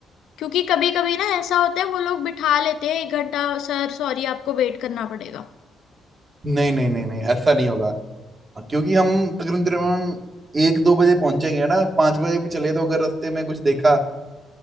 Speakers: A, on the left (about 80°); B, on the right (about 30°).
A: क्योंकि कभी कभी ना ऐसा होता है वो लोग बिठा लेते हैं एक घंटा सर सॉरी आपको वेट करना पड़ेगा
B: नहीं नहीं नहीं नहीं ऐसा नहीं होगा क्योंकि हम तकरीबन तकरीबन एक दो बजे पहुंचेंगे ना पांच बजे भी चले तो अगर रास्ते में कुछ देखा